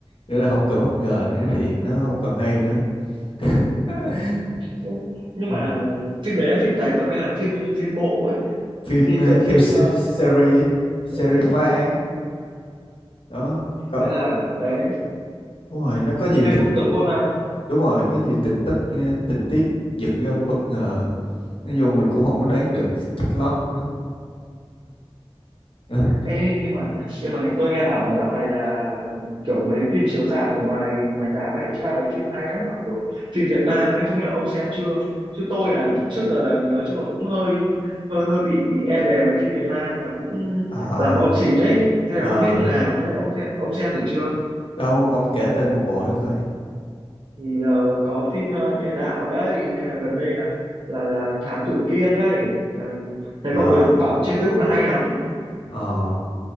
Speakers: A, on the left (about 65°); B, on the right (about 60°).
A: nghĩa là không còn bất ngờ nữa thì nó không còn hay nữa <laughs>
B: Ừ, nhưng mà
A: Ừ.
B: phim đấy là phim dài tập hay là phim phim bộ ấy
A: phim
B: phim
A: ờ,
B: kiểu
A: theo
B: phim
A: se-
B: ờ,
A: series á, series
B: rồi
A: phá án đó có,
B: thế là đấy
A: đúng rồi nó có nhiều
B: hay
A: tình
B: cũng giống cô Lan
A: đúng rồi có nhiều tình tức ờ, tình tiết giật gân bất ngờ nói chung mình cũng không có đoán được twist lock nữa <laughs>
B: Ê, nhưng mà nhưng mà tôi nghe bảo là dạo này là kiểu mấy phim chiếu rạp ở ngoài ngoài rạp ấy cũng ra mấy phim hay lắm mà kiểu phim Việt Nam ấy không biết là ông xem chưa chứ tôi là trước giờ là nói chung là cũng hơi hơi hơi bị e dè mấy phim Việt Nam là cũng
A: Ờ,
B: toàn bom xịt ấy thế
A: ờ,
B: là không biết nào thế ông thế, ông xem thử chưa
A: đâu ông kể tên một bộ thử coi
B: thì ờ, có phim ờ, Địa Đạo đây hay là gần đây là là là Thám Tử Kiên đây là thấy
A: Ờ,
B: mọi người bảo trên Facebook là hay lắm
A: ờ,